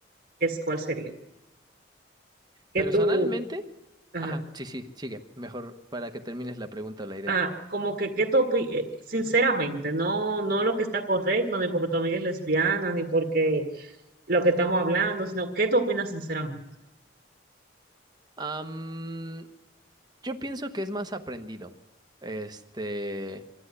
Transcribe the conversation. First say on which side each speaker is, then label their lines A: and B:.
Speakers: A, on the right; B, on the right.
A: ¿Qué es, cuál sería? ¿Qué
B: personalmente,
A: tú, ajá.
B: ajá, sí, sí, sigue, mejor para que termines la pregunta o la idea.
A: Ah, como que, ¿qué tú opi- eh, Sinceramente, no, no lo que está correcto, ni porque tu amiga es lesbiana, ni porque lo que estamos hablando, sino ¿qué tú opinas sinceramente?
B: Am, Yo pienso que es más aprendido. Este,